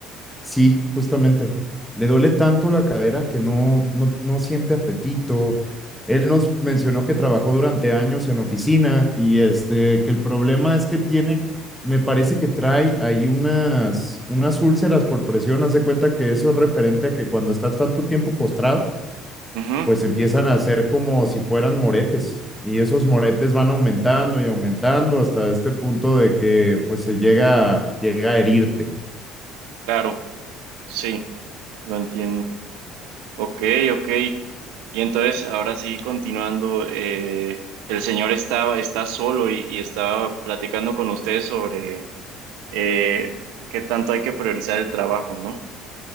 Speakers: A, in the centre; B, on the right.
A: Sí, justamente. Le duele tanto la cadera
B: Sí.
A: que no, no, no siente apetito. Él nos mencionó que trabajó durante años en oficina y este, que el problema es que tiene, me parece que trae ahí unas, unas úlceras por presión. Haz de cuenta que eso es referente a que cuando estás tanto tiempo postrado,
B: Ujú,
A: pues empiezan a hacer como si fueran moretes y esos moretes van aumentando y aumentando hasta este punto de que pues se llega, llega a herirte.
B: claro, sí, lo entiendo. Ok, ok. Y entonces, ahora sí, continuando, eh, el señor estaba, está solo y, y estaba platicando con ustedes sobre eh, qué tanto hay que priorizar el trabajo, ¿no?